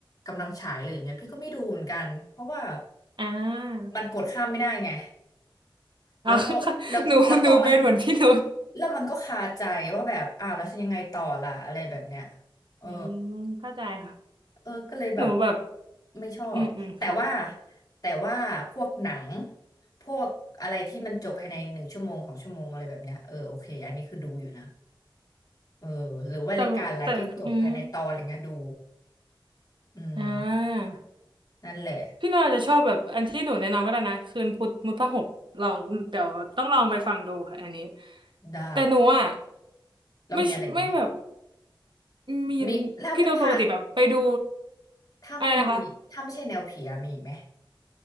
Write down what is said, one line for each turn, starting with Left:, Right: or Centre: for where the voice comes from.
Left: กำลังฉายเลยอย่างเงี้ยพี่ก็ไม่ดูเหมือนกันเพราะว่า
Right: อ่า
Left: มันกดข้ามไม่ได้ไง
Right: อ่า
Left: แล้วก็แล้วแล้วก็มัน
Right: <laughs> หนูหนูเป็นเหมือนพี่นุช
Left: แล้วมันก็คาใจว่าแบบอ้าวแล้วฉันยังไงต่อล่ะอะไรแบบเนี้ยเออ
Right: อืมเข้าใจค่ะ
Left: เออก็เลยแบบ
Right: หนูแบบ
Left: ไม่ชอบแต่ว่า
Right: อืมอืมค่ะ
Left: แต่ว่าพวกหนังพวกอะไรที่มันจบภายในหนึ่งชั่วโมงสองชั่วโมงอะไรแบบเนี้ยเออโอเคอันนี้คือดูอยู่นะเออหรือว่ารายการอะไรที่จบภายในตอนอะไรเงี้ยดู
Right: แต่แต่อืม
Left: อืม
Right: อ่า
Left: นั่นแหละ
Right: พี่หน่อยจะชอบแบบอันที่หนูแนะนำก็ได้นะคืนพุธมุทพหกลองเดี๋ยวต้องลองไปฟังดูค่ะอันนี้
Left: ได้
Right: แต่หนูอ่ะ
Left: แล้วมีอะไรอีกไหม
Right: ไม่ไม่แบบมีนพี่หน่อยปกติแบบไปดู
Left: มีแล้วถ้าถ้าไม่มีถ้าไม่ใช่แนวผีอะมีอีกไหม
Right: อะไรนะคะ